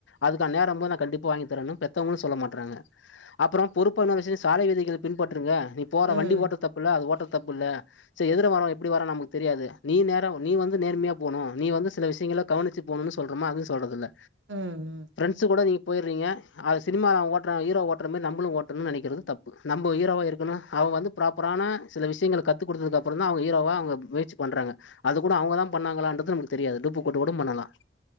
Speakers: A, on the left; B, on the right.
A: அதுக்கான நேரோ போது நா கண்டிப்பா வாங்கி தரணு பெத்தவங்களு சொல்ல மாட்றாங்க அப்றோ பொறுப்பான விசயோ சாலை விதிகளை பின்பற்றுங்க போற
B: ம்.
A: வண்டி ஓட்ற தப்புல அது ஓட்ற தப்புல செரி எதுர வர எப்டி வர நமக்கு தெரியாது நீ நேரா நீ வந்து நேர்மையா போனு நீ வந்து சில விஷயங்கள கவனிச்சு போகனு சொல்றமா அது சொல்றதுல்ல
B: ம். ம்.
A: பிரெண்ஸு கூட நீங் போய்றீங்க அத சினிமா ஓட்ற ஹீரோ ஓட்ற மாரி நம்மலு ஓட்டணுனு நெனக்கிறது தப்பு நம்ப ஹீரோவா இருக்கனு அவங்க வந்து ப்ராப்பரான சில விஷயங்கள கத்து குடுத்ததுக்கப்புறந்தா அவங்க ஹீரோவா அவங்க முயற்சி பண்றாங்க அது கூட அவங்கதா பண்ணாங்களான்றது நமக்கு தெரியாது டூப்பு போட்டு கூட பண்ணலா